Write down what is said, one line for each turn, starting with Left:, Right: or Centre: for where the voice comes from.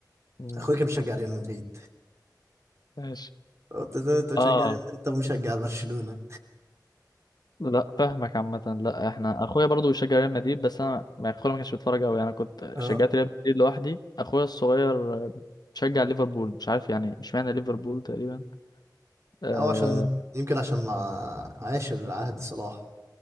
Left: مم.
Right: اخويا كان بيشجع ريال مدريد
Left: ماشي
Right: قلت له انت بتشجع
Left: اه
Right: ريال مدريد طب مشجع برشلونه
Left: لا فاهمك عامة لا احنا اخويا برضو بيشجع ريال مدريد بس انا ما اخويا ما كانش بيتفرج قوي انا كنت
Right: اه
Left: شجعت ريال مدريد لوحدي اخويا الصغير بيشجع ليفربول مش عارف يعني مش معنى ليفربول تقريبا آه
Right: او عشان يمكن عشان آه، عاشر عهد صلاح